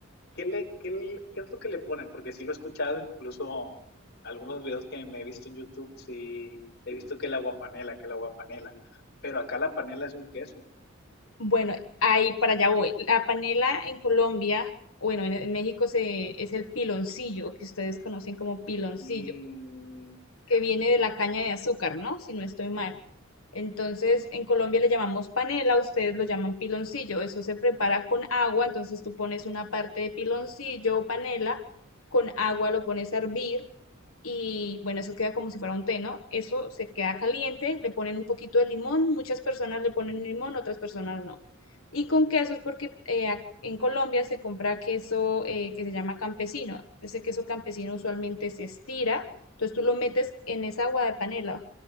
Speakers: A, on the left; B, on the left.
A: ¿qué le, qué le- qué es lo que le ponen? Porque sí lo he escuchado, incluso algunos videos que me he visto en YouTube, sí he visto que la guapanela, que la guapanela, pero acá la panela es un queso.
B: bueno, ahí para allá voy. La panela en Colombia, bueno, en, en México se, es el piloncillo, que ustedes conocen como piloncillo.
A: Mm,
B: que
A: ya.
B: viene de la caña de azúcar, ¿no? Si no estoy mal. Entonces, en Colombia le llamamos panela, ustedes lo llaman piloncillo. Eso se prepara con agua, entonces tú pones una parte de piloncillo o panela, con agua lo pones a hervir y bueno, eso queda como si fuera un té, ¿no? Eso se queda caliente, le ponen un poquito de limón, muchas personas le ponen limón, otras personas no. Y con queso es porque eh, en Colombia se compra queso eh, que se llama campesino. Ese queso campesino usualmente se estira entonces tú lo metes en esa agua de panela,